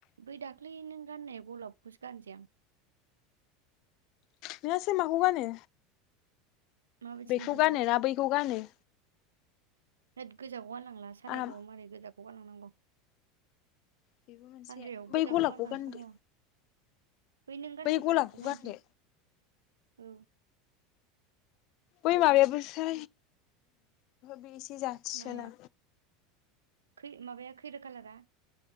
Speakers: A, on the right (about 75°); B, on the left (about 50°).
A: बै दाख्लै नों गाननाया गलाबखौसो गाननोसै आं
B: नोंहासो माखौ गानो ने
A: माबायदि
B: बेखौ
A: नुगोनथाय
B: गानोना बैखौ गानो
A: होद गोजाखौ गाननांला सारद'
B: आंहा
A: आव माबारै गोजाखौ गानलांनांगौ
B: बेबो मोनसे
A: हानदायाव
B: बै
A: गोजाखौ
B: गलाबखौ
A: गाननानै
B: गानदो
A: समाया नों गाननाय
B: बै गलाबखौ
A: गानसै
B: गानदो
A: औ
B: बै माबायाबोसो बे एसे ज सोना
A: माया खै माबाया खैरो कालारा